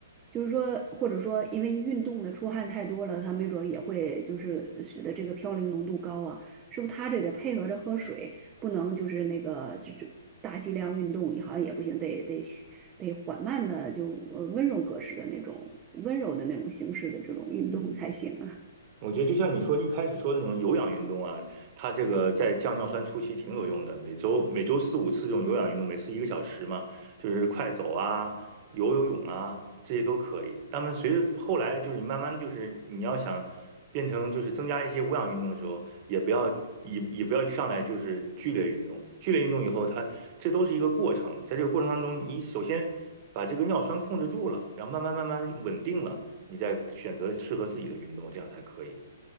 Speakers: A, on the right; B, on the right.
A: 就是说，或者说因为运动的出汗太多了，它没准儿也会就是使得这个嘌呤浓度高啊。是不是他这得配合着喝水，不能就是那个就就大剂量运动也好像也不行，得得得缓慢的就呃温柔格式的那种温柔的那种形式的这种运动才行啊。
B: 嗯。我觉得就像你说一开始说的那种有氧运动啊，它这个在降尿酸初期挺有用的。每周每周四五次这种有氧运动，每次一个小时嘛，就是快走啊、游游泳啊，这些都可以。但们随着后来就是你慢慢就是你要想变成就是增加一些无氧运动的时候，也不要也也不要一上来就是剧烈运动。剧烈运动以后它，这都是一个过程，在这个过程当中，你首先把这个尿酸控制住了，然后慢慢慢慢稳定了。你再选择适合自己的运动，这样才可以。